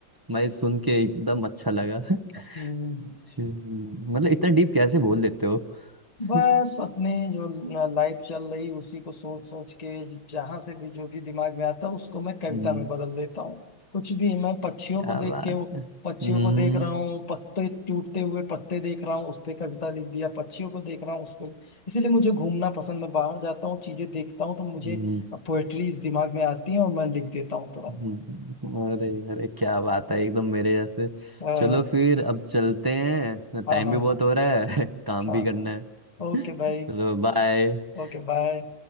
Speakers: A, on the right (about 35°); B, on the left (about 20°).
A: मैं सुन के एकदम अच्छा लगा <laughs>
B: हम्म,
A: हम्म, मतलब इतना डीप कैसे बोल देते हो <laughs>
B: बस अपने जो लाइफ चल रही उसी को सोच सोच के जहां से भी जो भी दिमाग में आता है उसको मैं कविता
A: हम्म,
B: में बदल देता हूँ कुछ भी मैं पक्षियों
A: क्या
B: को देख
A: बात
B: के
A: है हम्म
B: पक्षियों को देख रहा हूँ पत्ते टूटते हुए पत्ते देख रहा हूँ उस पे कविता लिख दिया पक्षियों को देख रहा हूँ उस पे इसलिए मुझे घूमना पसंद मैं बाहर जाता हूँ चीजें देखता हूँ तो मुझे
A: हम्म,
B: पोएट्री दिमाग में आती है और मैं लिख देता हूँ तुरंत
A: हम्म, अरे अरे क्या बात है एकदम मेरे जैसे
B: <laughs>
A: चलो फिर अब चलते हैं
B: आ,
A: टाइम
B: हाँ
A: भी
B: हाँ
A: बहुत हो रहा है <laughs> काम
B: हाँ
A: भी करना है
B: ओके
A: <laughs>
B: भाई
A: चलो बाय
B: ओके बाय